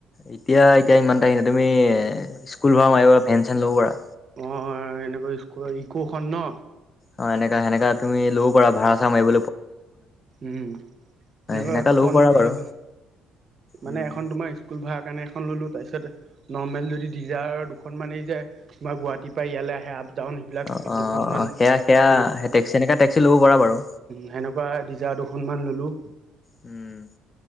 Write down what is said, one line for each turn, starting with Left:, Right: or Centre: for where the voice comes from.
Left: এতিয়া এতিয়া ইমান আহি ন তুমি স্কুল ভৰা মাৰিবা ভেন চেন ল'ব পাৰা।
Right: অ, এনেকৈ ইকো খন ন।
Left: অ, এনেকা সেনেকা তুমি লও কৰা ভড়া চাৰা মাৰিব
Right: উম, এনেকুৱা
Left: সেনেকা
Right: দুখন
Left: ল'ব পাৰা
Right: তিনিখন
Left: বাৰু
Right: মানে
Left: উম
Right: এ তোমাৰ ৰুম ভাৰা কাৰণে এখন ললো তাৰপিচত নৰ্মেল যদি দিজায়াৰ দুখনমানি যে গুৱাহাটীৰ পে ইয়ালে আহে। ডাউন সেইবিলাক
Left: অ' অ'
Right: দুখনমান
Left: অ' সেয়া সেয়া
Right: সেনেকুৱা
Left: টেক্সি এনেকা টেক্সি ল'ব পাৰা বাৰু।
Right: সেনেকুৱা ডিজাৰ দুখনমান ল'লো।
Left: উম,